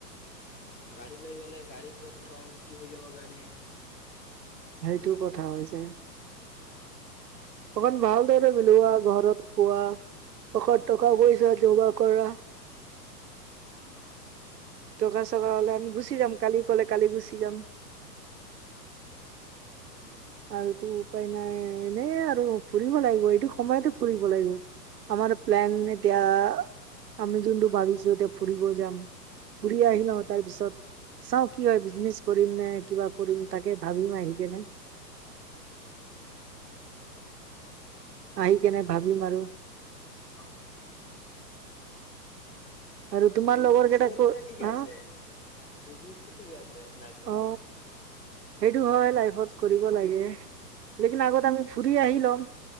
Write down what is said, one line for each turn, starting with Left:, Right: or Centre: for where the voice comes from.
Left: গাড়ী লৈ গ'লে গাড়ী ক'ত থম, কি হৈ যাব গাড়ী?
Right: সেটো কথা হৈ যাই।
Left: আহ
Right: তখন ভালদৰে মিলোৱা ঘৰত কোৱা টকা পইচা যোগাৰ কৰা
Left: আহ
Right: টকা চকা হ'লে আমি গুচি যাম কালি ক'লে কালি গুচি যাম
Left: অ
Right: আৰু তো উপায় নাই এনেই আৰু ফুৰিব লাগিব এইটো সময়তে ফুৰিব লাগিব আমাৰ
Left: উম
Right: প্লেন এতিয়া, আমি যোনটো
Left: হয়
Right: ভাবিছো এতিয়া ফুৰিব যাম ফুৰি আহি লওঁ তাৰ পিছত চাওঁ কি হয় বিজনেচ কৰিম নে কিবা কৰিম তাকে ভাবিম আহি কেনে <inaudible> আহি কেনে ভাবিম আৰু
Left: অ'।
Right: আৰু তোমাৰ
Left: বিজনেছ
Right: লগৰ কেইটা
Left: কৰোতে
Right: ক
Left: ঠিকে
Right: হা
Left: আছে বিজনেচ ঠিকে আছে লাইফত
Right: অ সেইটো হয় লাইফত কৰিব লাগে, লেকিন আগত আমি ফুৰি আহি ল'ম।